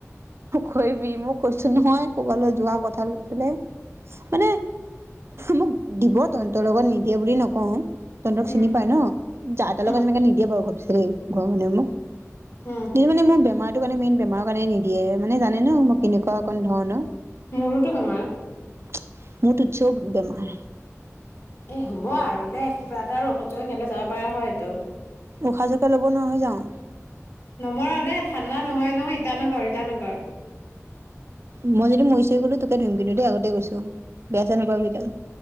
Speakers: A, on the right (about 55°); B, on the left (about 50°).
A: কৈবি মোক কৈছো নহয় ক'বালৈ যোৱা কথা লৈ পেলাই মানে মোক দিব তহতৰ লগত নিদিয়ে বুলি নকওঁ তহতক
B: উম
A: চিনি পায় ন যাৰ তাৰ
B: উম
A: লগত তেনেকে নিদিয়ে বাৰু ভাবছোন ত গনম
B: উম
A: <inaudible> মানে মোৰ বেমাৰটো কাৰণে মেইন তোমাৰ কাৰণে নিদিয়ে মানে জানে ন মই কেনেকুৱা অকন ধৰণৰ
B: মোৰোতো বেমাৰ।
A: <unintelligible> বেমাৰ
B: এ, হ'ব আৰু দে কিবা এটা আৰু ঔষধ চৌষধ খাই যাব পৰা হয়তো।
A: উশাহ চোশাহ ল'ব নোৱাৰা হৈ যাওঁ।
B: নমৰ দে ঠাণ্ডা নহয়, নহয় ইটানগৰ ইটানগৰ
A: মই যদি ময়ি চয়ি গ'লো তোকে ধুয়িম কিন্তু দেই, আগতেই গৈ বেয়া চেয়া নাপাবি তাত